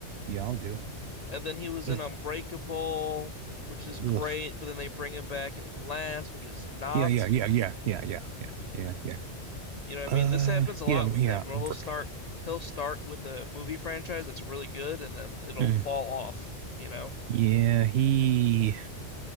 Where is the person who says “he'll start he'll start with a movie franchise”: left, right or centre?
Left